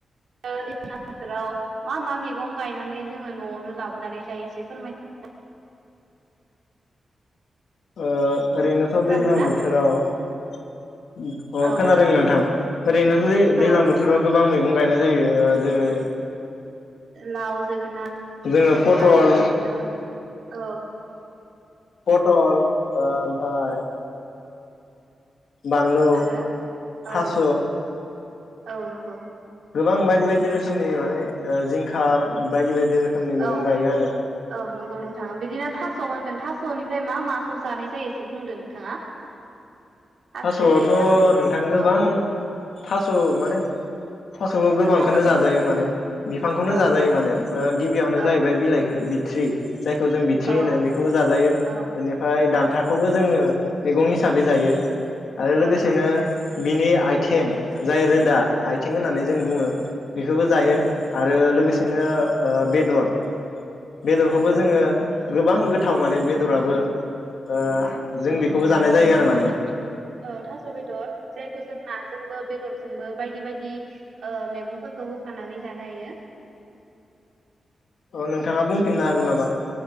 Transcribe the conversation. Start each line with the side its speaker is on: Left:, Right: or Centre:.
Right: <unintelligible> बोथोराव मा मा मैगं गायनानै जोङो न'आवनो लाबोनानै जायो एसे फोरमाय <unintelligible>
Left: ओ ओरैनोथ'
Right: खोनादोंना
Left: दैज्लां बोथोराव अ
Right: औ
Left: खोनादों नोंथां। ओरैनोथ दै दैज्लांबोथोराव
Right: औ
Left: गोबां मै गं गायनाय जायो जेरै
Right: लाव जोगोनाथ
Left: जोङो पटल
Right: आरो बिदिनो औ ।
Left: पटल आ ओमफाय बानलु
Right: आरो औ
Left: थास
Right: औ नंगौ ।
Left: गोबां बायदि बायदि रोखोमनि माने जिंखा बायदि बायदि रोखोमनि मैगं
Right: औ
Left: गायो आरो
Right: औ नोंगौ नोंथां बिदिनो थास' होनदों थास'निफ्राय मा माखौ जानाय जायो एसे बुंदो नोंथाङा। थास
Left: थास'आवथ'
Right: जेरै थास' बिथुरि
Left: नोंथां गोबां।
Right: औ
Left: थास' माने। थास' गोबांखोनो
Right: थास' बि
Left: जाजायो माने बिफांखौनो
Right: औ
Left: जाजायो
Right: नंगौ
Left: माने ओ गिबियावनो
Right: औ
Left: जाहैबाय बिलाइखो थ्रि जायखौ जों बिथि
Right: औ
Left: होनो बेखौबो जाजायो बेनिफाय
Right: औ औ
Left: दान्थाखौबो जोङो। मैगं हिसाबै जायो। आरो लोगोसेनो
Right: औ नंगौ
Left: बिनि आयथिं। जाय रोदा
Right: औ
Left: आयथिं होननानै जों
Right: औ
Left: बुङो बेखौबो जायो
Right: औ थारैनो
Left: आरो लोगोसेनो
Right: औ
Left: ओ बेदर। बेदरखौबो
Right: औ नंगौ
Left: जोङो गोबां। गोथाव माने बेदराबो ओ जों बेखौबो जानाय जायो आरो माने।
Right: औ थास' बेदर जायखौ जों नाजोंबो बेदरजोंबो बायदि बाय दि ओ मैगं फोरखौ होफनानै जानो हायो।
Left: अ नोंथाङा बुंफिननो हागोन नामा?